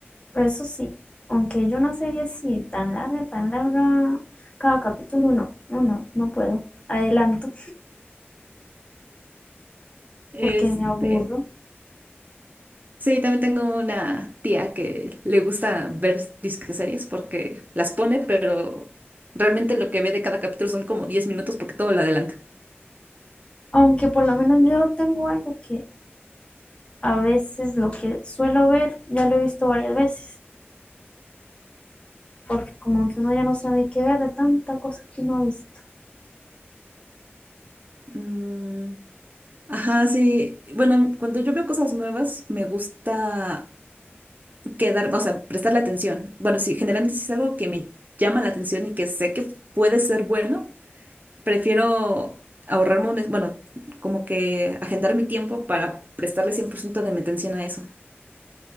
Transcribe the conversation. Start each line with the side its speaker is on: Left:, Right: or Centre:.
Left: eso sí, aunque yo una serie así tan larga, tan larga, cada capítulo no, no, no, no puedo. Adelanto
Right: Este,
Left: porque me aburro.
Right: sí, también tengo una tía que le gusta ver disque series porque las pone, pero realmente lo que ve de cada capítulo son como 10 minutos porque todo lo adelanta.
Left: Aunque por lo menos yo tengo algo que a veces lo que suelo ver ya lo he visto varias veces. porque como que uno ya no sabe qué ver de tantas cosas que uno ha visto.
Right: Mm, ajá, sí. Bueno, cuando yo veo cosas nuevas, me gusta quedar, o sea, prestarle atención. Bueno, si generalmente si es algo que me llama la atención y que sé que puede ser bueno, prefiero ahorrarme un, es- bueno, como que agendar mi tiempo para prestarle 100% de mi atención a eso.